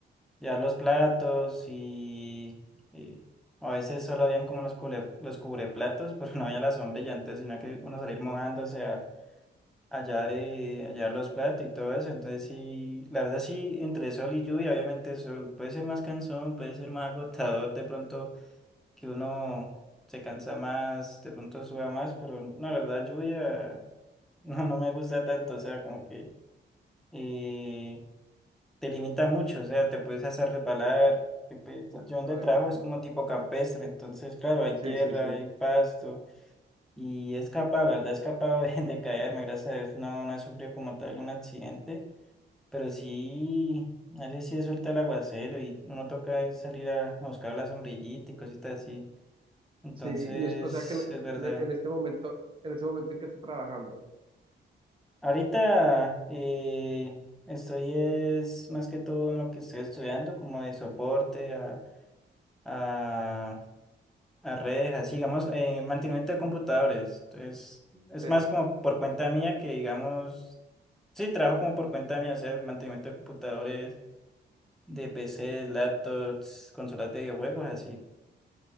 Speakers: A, in the centre; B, on the right.
A: llevar los platos y, y a veces solo habían como los, cubre, los cubreplatos, <laughs> pero no había la sombrilla, entonces tenía que uno salir mojándose a, a llevar, eh, a llevar los platos y todo eso. Entonces sí, la verdad sí, entre sol y lluvia, obviamente sol puede ser más cansón, puede ser más agotador de pronto que uno se cansa más, de pronto suda más, pero no, la verdad, lluvia <laughs> no, no me gusta tanto, o sea, como que eh, te limita mucho, o sea, te puedes hacer resbalar. que, pues, Yo donde
B: Ay,
A: trabajo es
B: sí,
A: como tipo campestre, entonces, claro, hay
B: sí,
A: tierra,
B: sí, sí.
A: hay pasto, y he escapado, la verdad, he escapado <laughs> de, de caerme, gracias a Dios, no, no he sufrido como tal un accidente, pero sí. A veces sí suelta el aguacero y uno toca es salir a, a buscar la sombrillita y cositas así. Entonces,
B: Sí, y es- o sea que en,
A: es verdad.
B: en- en este momento, en este momento en que está trabajando,
A: Ahorita eh, estoy es más que todo en lo que estoy estudiando, como de soporte a, a, a redes, así digamos, eh, mantenimiento de computadores. Entonces, es
B: sí.
A: más como por cuenta mía que digamos, sí, trabajo como por cuenta mía, o sea, mantenimiento de computadores, de PCs, laptops, consolas de videojuegos, así.